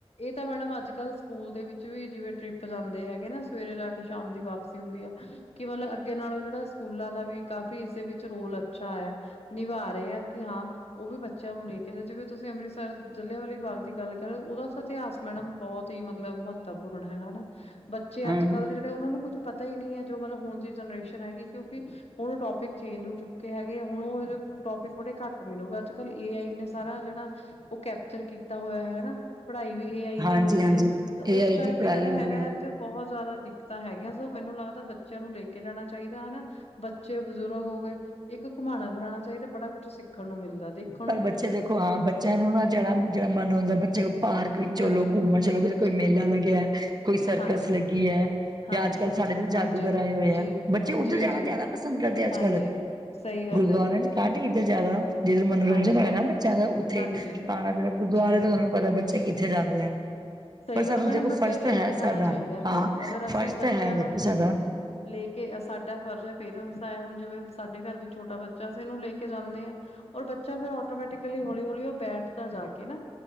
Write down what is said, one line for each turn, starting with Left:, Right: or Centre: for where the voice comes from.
Left: ਇਹ ਤਾਂ ਮੈਡਮ ਅੱਜ-ਕੱਲ ਸਕੂਲ ਦੇ ਵਿੱਚ ਵੀ ਜਿਵੇਂ ਟ੍ਰਿਪ ਜਾਂਦੇ ਹੈਗੇ ਨਾ ਸਵੇਰੇ ਜਾ ਕੇ ਸ਼ਾਮ ਦੀ ਵਾਪਸੀ ਹੁੰਦੀ ਆ। ਕਿ ਮਤਲਬ ਅੱਗੇ ਨਾਲੋਂ ਜਿਹੜਾ ਸਕੂਲਾਂ ਦਾ ਵੀ ਕਾਫੀ ਇਸਦੇ ਵਿੱਚ ਰੋਲ ਅੱਛਾ ਏ। ਨਿਭਾ ਰਹੇ ਆ ਕਿ ਹਾਂ ਉਹ ਵੀ ਬੱਚਿਆਂ ਨੂੰ ਲੈ ਕੇ ਜਾ, ਜਿਵੇਂ ਤੁਸੀਂ ਅੰਮ੍ਰਿਤਸਰ ਜਲ੍ਹਿਆਂਵਾਲੇ ਬਾਗ ਦੀ ਗੱਲ ਕਰੋ ਉਹਦਾ ਤਾਂ ਇਤਿਹਾਸ ਮੈਡਮ ਬਹੁਤ ਹੀ ਮਤਲਬ ਮਹੱਤਵਪੂਰਨ ਹੈਗਾ ਨਾ, ਬੱਚੇ
Right: ਹਾਂ
Left: ਅੱਜ-ਕੱਲ੍ਹ ਦੇ ਜਿਹੜੇ ਉਹਨਾਂ ਨੂੰ ਕੁੱਝ ਪਤਾ ਹੀ ਨੀ ਐ। ਜੋ ਮਤਲਬ ਹੁਣ ਦੀ ਜਨਰੇਸ਼ਨ ਹੈਗੀ ਕਿਉਂਕਿ ਹੁਣ ਉਹ ਟੋਪਿਕ ਚੇਂਜ ਹੋ ਚੁੱਕੇ ਹੈਗੇ ਹੁਣ ਉਹ ਟੋਪਿਕ ਬੜੇ ਘੱਟ ਮਿਲੂਗਾ। ਅੱਜ-ਕੱਲ ਏ ਆਈ ਨੇ ਸਾਰਾ ਜਿਹੜਾ ਉਹ ਕੈਪਚਰ ਕੀਤਾ ਹੋਇਆ ਐ। ਪੜ੍ਹਾਈ ਵੀ ਏ ਆਈ ਦੀ
Right: ਹਾਂਜੀ
Left: ਹੋ ਰਹੀ
Right: ਹਾਂਜੀ
Left: ਐ ਤੇ
Right: ਏ
Left: ਉਸ
Right: ਆਈ
Left: ਕਰਕੇ
Right: ਦੀ ਪੜ੍ਹਾਈ
Left: ਜਿਹੜਾ
Right: ਹੋ ਰਹੀ
Left: ਹੈਗਾ
Right: ਹੈ
Left: ਆ ਉੱਥੇ ਬਹੁਤ ਜ਼ਿਆਦਾ ਦਿੱਕਤਾਂ ਹੈਗੀਆਂ ਸੋ ਮੈਨੂੰ ਲੱਗਦਾ ਬੱਚਿਆਂ ਨੂੰ ਲੈ ਕੇ ਜਾਣਾ ਚਾਹੀਦਾ ਹੈਨਾ। ਬੱਚੇ, ਬਜ਼ੁਰਗ ਹੋ ਗਏ। ਇੱਕ ਘੁਮਾਣਾ ਫਿਰਾਉਣਾ ਚਾਹੀਦਾ ਬੜਾ ਕੁੱਛ ਸਿੱਖਣ ਨੂੰ ਮਿਲਦਾ ਦੇਖ
Right: ਪਰ ਬੱਚੇ ਦੇਖੋ ਹਾਂ ਬੱਚਿਆਂ ਨੂੰ ਨਾ ਜਾਣਾ ਜਿਹੜਾ ਮਨ ਹੁੰਦਾ ਬੱਚੇ ਪਾਰਕ ਵਿੱਚ ਚਲੋ,
Left: ਹਾਂਜੀ
Right: ਘੁੰਮਣ ਚਲੋ ਕੋਈ
Left: ਜੀ
Right: ਮੇਲਾ ਲੱਗਿਆ, ਕੋਈ ਸਰਕਸ
Left: ਹਾਂਜੀ
Right: ਲੱਗੀ ਐ
Left: ਹਾਂਜੀ
Right: ਜਾਂ ਅੱਜ-ਕੱਲ੍ਹ ਸਾਡੇ ਜਾਦੂਗਰ
Left: ਹਾਂਜੀ
Right: ਆਏ ਹੋ ਪਏ
Left: ਜੀ
Right: ਆ। ਬੱਚੇ ਉੱਧਰ
Left: ਜੀ
Right: ਜਾਣਾ
Left: ਜੀ
Right: ਜ਼ਿਆਦਾ ਪਸੰਦ ਕਰਦੇ ਅੱਜ-ਕੱਲ
Left: ਹਾਂਜੀ ਸਹੀ ਗੱਲ
Right: ਗੁਰਦੁਆਰ
Left: ਹੈ ਜੀ
Right: ਚ ਘੱਟ ਇੱਧਰ ਜਿਆਦਾ ਜਿੱਧਰ ਮਨੋਰੰਜਨ
Left: ਹਾਂਜੀ
Right: ਹੋਏ ਨਾ ਜ਼ਿਆਦਾ ਉੱਥੇ
Left: ਹਾਂਜੀ
Right: ਆਉ ਖਾਣਾਪੀਣਾ ਗੁਰਦੁਆਰੇ
Left: ਜੀ
Right: ਤੋਂ ਤੁਹਾਨੂੰ ਪਤਾ ਬੱਚੇ ਕਿੱਥੇ ਜਾਂਦੇ ਆ
Left: ਸਹੀ
Right: ਪਰ ਸਾਨੂੰ
Left: ਗੱਲ ਮੈਡਮ
Right: ਦੇਖੋ
Left: ਬਟ
Right: ਫਰਜ਼ ਤਾਂ
Left: ਲੈ
Right: ਹੈ
Left: ਕੇ ਜਾਣਾ
Right: ਸਾਡਾ
Left: ਚਾਹੀਦਾ
Right: ਹਾਂ
Left: ਅਗਰ ਅਸੀਂ
Right: ਫਰਜ਼ ਤਾਂ
Left: ਬੱਚਿਆਂ
Right: ਹੈ
Left: ਨੂੰ
Right: ਵਖੋ ਸਾਡਾ
Left: ਲੈ ਕੇ ਸਾਡਾ ਫਰਜ਼ ਐ, ਪੇਰੈਂਟਸ ਦਾ ਹੁਣ ਜਿਵੇਂ ਸਾਡੇ ਘਰ ਵੀ ਛੋਟਾ ਬੱਚਾਸੀ ਇਹਨੂੰ ਲੈ ਕੇ ਜਾਂਦੇ ਆ। ਔਰ ਬੱਚਾ ਫੇਰ ਆਟੋਮੈਟਿਕਲੀ ਹੌਲੀ-ਹੌਲੀ ਉਹ ਬੈਠਦਾ ਜਾ ਕੇ ਨਾ